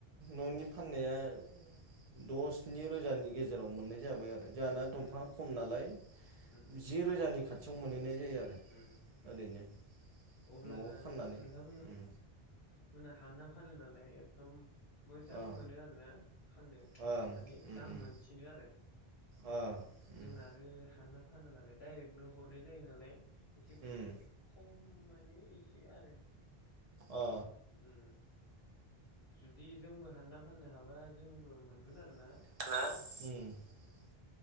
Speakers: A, on the right; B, on the left.
A: न'नि फाननाया द' स्नि रोजानि गेजेराव मोननाय जाबाय आरो जोंहाना दंफाङा
B: उम
A: खम नालाय
B: उम उम
A: जि रोजानि खाथि खाथियाव मोनहैनाय जायो आरो
B: उम उम
A: ओरैनो
B: अब्ला
A: न'आव फाननानै
B: नोंथां
A: उम
B: मोना हानना फानोबालाय एकदम मोजां
A: अ
B: मोनो आरो ना फाननो
A: ओं
B: माने
A: उम
B: दाम
A: उम
B: मोनसिनो आरो
A: ओ उम
B: जोंना आरो हानना फाना नालाय डाइरेक्टनो हरनाय जायो नालाय एसे
A: उम
B: खम मानि एसे आरो
A: ओ
B: उम जुदि जोंबो हानना फाननो हाबा जोंबो मोनगोन
A: <unintelligible>
B: आरो ना